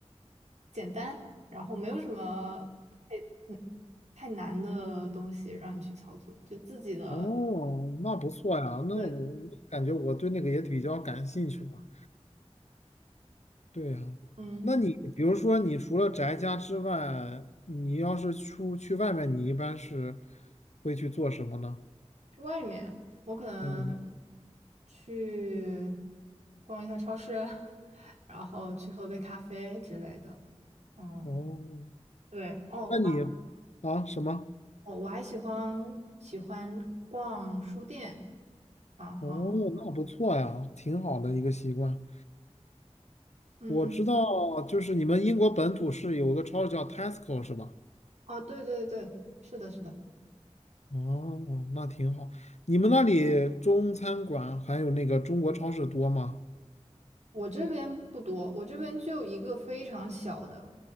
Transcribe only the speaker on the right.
简单，然后没有什么太嗯太难的东西让你去操作，就自己的，
对，
嗯。
去外面，我可能
去逛一下超市，<laughs> 然后去喝杯咖啡之类的。嗯，
对，哦，
哦，我还喜欢喜欢逛书店，然后，
嗯，
哦，对对对，是的，是的，
我这边不多，我这边就一个非常小的